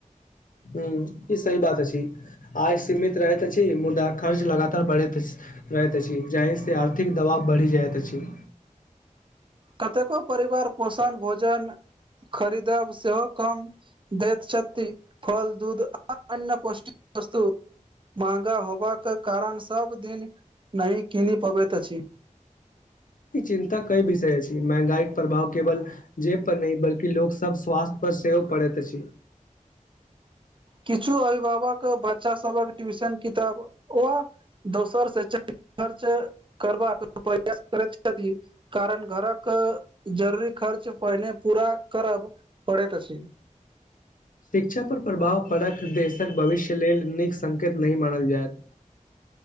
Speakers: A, on the left; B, on the right.
A: हूं ई सही बात अछि आय सीमित रहैत अछि मुदा खर्च लगातार बढ़ैत अछि रहैत अछि जाहिसँ आर्थिक दबाव बढ़ि जाइत अछि
B: कतेको परिवार पोषण भोजन खरीदब सेहो कम देत छथि फल दूध आ अन्य पौष्टिक वस्तु महंगा होबाकऽ कारण सब दिन नहि कीनि पबैत अछि
A: ई चिन्ता कई विषय छी महंगाईक प्रभाव केवल जेब पर नहि बल्कि लोक सब स्वास्थय पर सेहो पड़ैत अछि
B: किछु अभिभावक बच्चा सबक ट्यूशन किताब ओ दोसर से खर्च करबाक प्रयास करैत छथि कारण घरक जरूरी खर्च पहिने पूरा करब पड़ैत अछि
A: शिक्षापर प्रभाव पड़त देशक भविष्य लेल नीक संकेत नहि मानल जायत